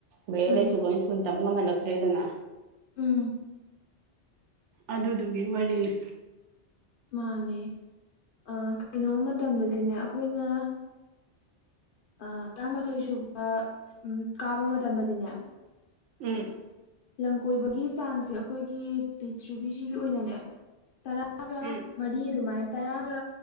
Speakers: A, on the right; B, on the left.
A: ꯂꯥꯏꯔꯤꯛ
B: ꯎꯝ
A: ꯂꯩꯁꯨ ꯂꯣꯏ ꯐꯨꯟ ꯇꯝ ꯉꯝꯍꯜꯂꯛꯇ꯭ꯔꯦꯗꯅ
B: ꯎꯝ
A: ꯑꯗꯨꯗꯨꯒꯤ ꯋꯥꯔꯤꯅꯤ
B: ꯃꯥꯅꯦ ꯑꯥ ꯀꯩꯅꯣ ꯃꯇꯝꯗꯗꯤꯅꯦ ꯑꯈꯣꯏꯅ ꯑꯥ ꯇꯔꯥꯃꯊꯣꯏ ꯁꯨꯕ ꯀꯥꯕ ꯃꯇꯝꯗꯗꯤꯅꯦ
A: ꯎꯝ
B: ꯂꯝꯀꯣꯏꯕꯒꯤ ꯆꯥꯡꯁꯦ ꯑꯈꯣꯏꯒꯤ ꯄ꯭ꯔꯤꯊꯤꯕꯤꯁꯤꯒꯤ ꯑꯣꯏꯅꯅꯦ ꯇꯔꯥꯒ
A: ꯎꯝ
B: ꯃꯔꯤ ꯑꯗꯨꯃꯥꯏꯅ ꯇꯔꯥꯒ